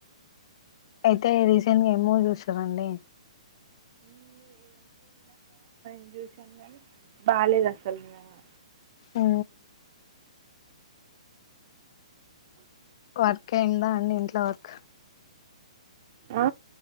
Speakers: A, on the left (about 50°); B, on the right (about 45°).
A: అయితే రీసెంట్ గా ఏం మూవీ ఏమో చూస్తారండి
B: నేన్ చూసాను గాని బాలేదు అసలు నిజం గా
A: ఊ వర్క్ అయిందా అండి ఇంట్లో వర్క్
B: ఆ?